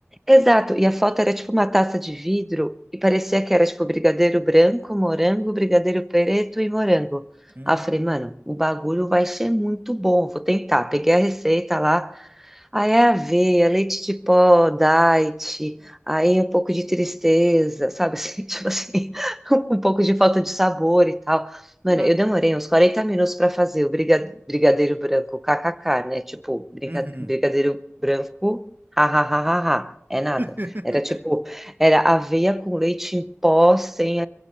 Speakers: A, in the centre; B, on the right (about 45°).
A: exato, e a foto era, tipo, uma taça de vidro, e parecia que era, tipo, brigadeiro branco, morango, brigadeiro preto e morango.
B: Hum,
A: Aí eu falei, mano, o bagulho vai ser muito bom, vou tentar. Peguei a receita lá, Aí é aveia, leite de pó, diet, aí um pouco de tristeza, sabe? assim, <laughs> tipo assim, um pouco de falta de sabor e tal. Mano,
B: É.
A: eu demorei uns 40 minutos para fazer o briga- brigadeiro branco, kkk, né? Tipo, brinca-
B: uhum.
A: brigadeiro branco, hahaha, é nada.
B: <laughs>
A: Era tipo, era aveia com leite em pó sem